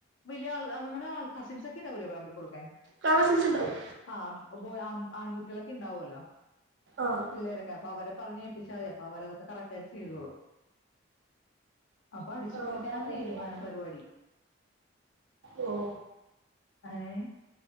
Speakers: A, on the left (about 65°); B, on the right (about 55°).
A: വലിയ ആൾ നിങ്ങടെ ആ കസിൻസ് ഒക്കെ ഉണ്ടാവൂലേ വിളമ്പിക്കൊടുക്കാൻ
B: നാളെ സെൻസ് ഉണ്ടാവും
A: ആഹ് ഇത് ആൺ അൺകുട്ടിയ ഇണ്ടാവൂല്ലോ
B: ആഹ്
A: പിള്ളേരൊക്കെ അപ്പ അവരെ പറഞ്ഞ് ഏപ്പിച്ചാ മതി അപ്പൊ അവരെതൊക്കെ കറക്റ്റ് ആയിട്ട് ചെയ്തോളും അപ്പൊ അടിച്ചു
B: ആഹ്
A: പൊളിക്കാനാണ്
B: അപ്പൊ അങ്ങനെ
A: തീരുമാനം
B: ചെയ്യാം
A: പരിപാടി
B: ഓ
A: ഏഹ്